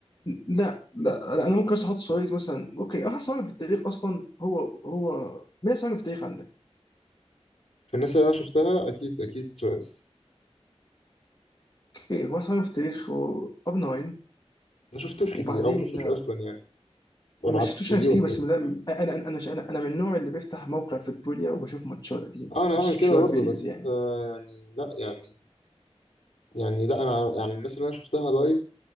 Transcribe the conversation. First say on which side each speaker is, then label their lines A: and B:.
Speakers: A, on the left (about 35°); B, on the left (about 75°).
A: لا لا انا أنا ممكن بس احط سواريز مثلا اوكي احسن مهاجم في التاريخ اصلا هو هو مين احسن مهاجم في التاريخ عندك؟
B: في الناس اللي انا شفتها اكيد اكيد سواريز
A: اوكي هو احسن مهاجم في التاريخ اب 9
B: ما شفتوش
A: وبعدين
B: كتير او ما شفتوش
A: آه،
B: اصلا يعني وانا
A: ما
B: على
A: شفتوش
B: التلفزيون
A: انا كتير بس
B: كده
A: من ده انا انا انا انا أنا من النوع اللي بيفتح موقع فوتبوليا وبشوف ماتشات قديمه
B: اه انا
A: مش
B: بعمل كده
A: مش وقت
B: برضه
A: فيديوز
B: بس
A: يعني
B: آه يعني لا يعني يعني لا انا يعني الناس اللي انا شفتها لايف